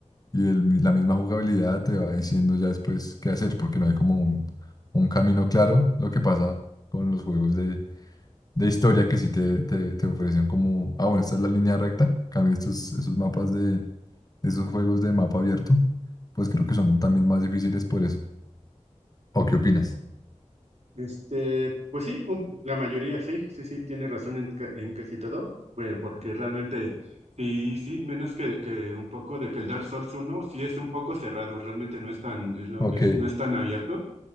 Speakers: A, on the left (about 30°); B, on the right (about 65°).
A: Y el mi- la misma jugabilidad te va diciendo ya después qué hacer, porque no hay como un, un camino claro. Lo que pasa con los juegos de, de historia que sí te, te, te ofrecen como, ah, bueno, esta es la línea recta. En Cambio estos, esos mapas de, esos juegos de mapa abierto, pues creo que son también más difíciles por eso. ¿O qué opinas?
B: Este, pues sí, un- la mayoría sí, sí, sí, tiene razón en, ca- en casi todo, pues porque realmente sí, sí, menos que, que un poco de que el Dark Souls 1 sí es un poco cerrado, realmente no es tan, es lo-
A: Ok,
B: es- no es tan abierto,